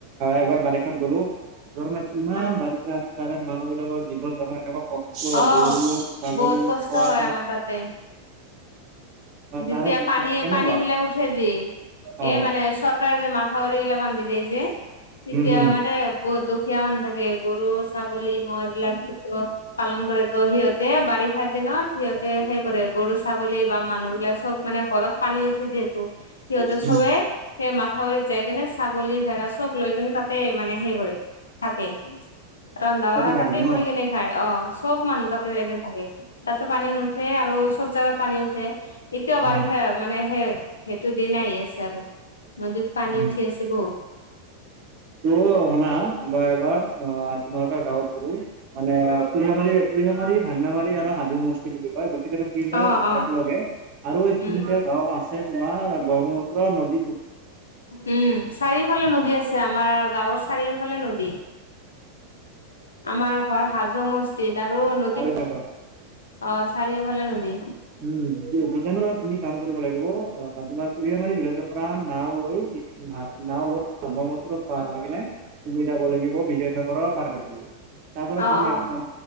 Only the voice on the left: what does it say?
অ
অ',
বহুত কষ্ট
হয় আমাৰ তাতে
যেতিয়া পানী
পানী বিলাক উঠে যে
এই মানে চৰকাৰে যে মাথাউৰি এইিলা বান্ধি দিয় যে তেতিয়া
মানে বহুত দুখ শিয়মানান থাগে গৰু চ মই এইবিলাকটো পালন কৰে ত সিহঁতে বাৰিষাৰ দিনত সিহঁতে সেই কৰে গৰু ৰু ছাগলী বা মানুহ সব মানে ঘৰত পানী উঠে যিহেতু সিহঁতে সবে
সেই মাথা বৰিত যাই কিনে ছাগলী চব লৈ কিনে তাতে মানে সে কৰে থাকে ৰন্ধা বঢ়া
তাতেই
কৰি কেনে খায় অ চব মানুহ তাতে য থাকে তাতে পানী নুঠে আৰু চব জোগাত পানী উঠে এতিয়াও
বাৰিষে মানে সেই সেইটো দিন আহ আছে আৰু নদীত পানী
উঠি আছে বহুত
অ অ
উম
উম চাৰিওফালে নদী আছে আমাৰ গাঁৱৰ চাৰিওফালে নদী আমাৰ ঘৰ হাজো মসিত দাৰো নদী
অ চাৰিওফালে নদী
অ
অ